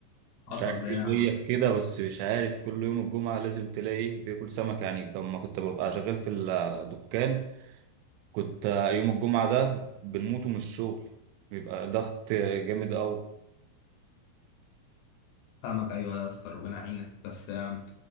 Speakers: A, on the right; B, on the left.
A: مش
B: حصل
A: عارف
B: ليا
A: ايه اللي هي في كده بس مش عارف كل يوم الجمعة لازم تلاقي بياكل سمك يعني لما كنت ببقى شغال في الدكان كنت يوم الجمعة ده بنموت من الشغل بيبقى ضغط جامد قوي
B: فاهمك ايوه يا اسطى ربنا يعينك بس آم،